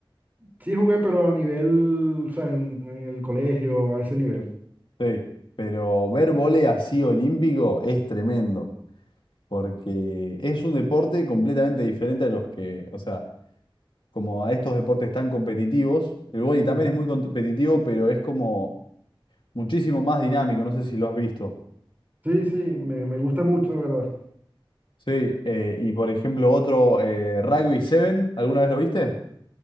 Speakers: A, on the right (about 20°); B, on the left (about 65°).
A: Sí jugué, pero a nivel, o sea, en, en el colegio, a ese nivel.
B: Sí, pero ver vóley así olímpico es tremendo, porque es un deporte completamente diferente a los que, o sea, como a estos deportes tan competitivos, el vóley también
A: Ujú.
B: es muy competitivo, pero es como muchísimo más dinámico, no sé si lo has visto.
A: Sí, sí, me, me gusta mucho, de verdad.
B: Sí, eh, y por ejemplo otro, eh, Rugby 7, ¿alguna vez lo viste?